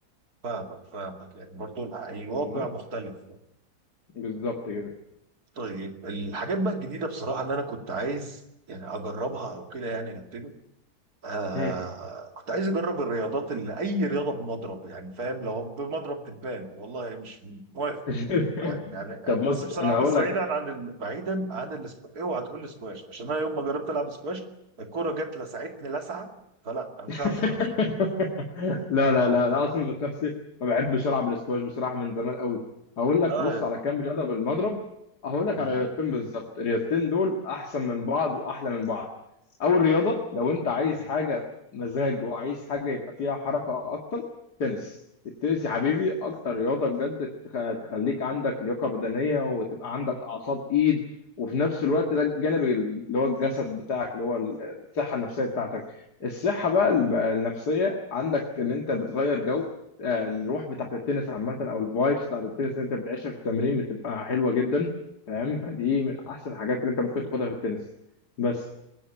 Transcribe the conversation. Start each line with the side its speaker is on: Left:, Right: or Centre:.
Right: فاهمك فاهمك يعني برضو الواقع
Left: فاهمني
Right: مختلف
Left: بالظبط كده
Right: طيب الحاجات بقى الجديده بصراحه اللي انا كنت عايز يعني اجربها او كده يعني نبتدي آه
Left: مم.
Right: كنت عايز اجرب الرياضات اللي اي رياضه بمضرب يعني فاهم لو بمضرب دبان والله مش موافق
Left: <laughs>
Right: طيب، يعني
Left: طب
Right: بص
Left: بص
Right: بصراحه
Left: انا هقول
Right: بس
Left: لك
Right: بعيدا عن ال... بعيدا عن الاسكواش اوعى تقول لي سكواش عشان انا يوم ما جربت العب سكواش الكوره جت لسعتني لسعه فلا انا مش
Left: <laughs>
Right: هعرف سكواش
Left: لا
Right: اه
Left: لا لا انا اصلا ذات نفسي ما بحبش العب الاسكواش بصراحه من زمان قوي هقول لك
Right: اه
Left: بص على كام رياضه بالمضرب هقول لك
Right: مم.
Left: على رياضتين بالظبط الرياضتين دول احسن من بعض واحلى من بعض اول رياضه لو انت عايز
Right: مم.
Left: حاجه مزاج وعايز حاجه يبقى فيها حركه اكتر تنس التنس يا حبيبي اكتر رياضه بجد تخ- تخليك عندك لياقه بدنيه وتبقى عندك اعصاب ايد وفي نفس الوقت ده الجانب اللي هو الجسد بتاعك اللي هو الصحه النفسيه بتاعتك الصحة بقى الب- النفسية عندك ان انت بتغير جو آه، الروح بتاعت التنس عامة او الفايبس بتاعت التنس اللي انت بتعيشها في التمرين بتبقى حلوة جدا فاهم فدي من احسن الحاجات اللي انت ممكن تاخدها في التنس بس